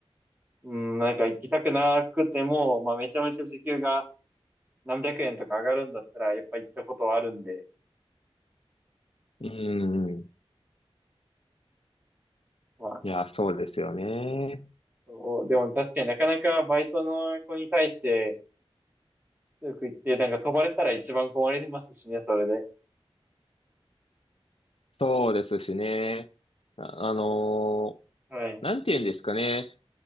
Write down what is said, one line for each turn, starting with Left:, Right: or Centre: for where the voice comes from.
Right: うん、なんか行きたくなくても、まあめちゃめちゃ時給が何百円とか上がるんだったら、やっぱ行ったことはあるんで、
Left: い。うん。
Right: まあ、
Left: いや、そうですよね。
Right: そうでも確かになかなかバイトの子に対して、強く言って、なんか飛ばれたら一番困りますしね、それで。
Left: そうですしね。あ、あのー
Right: はい、
Left: なんて言うんですかね。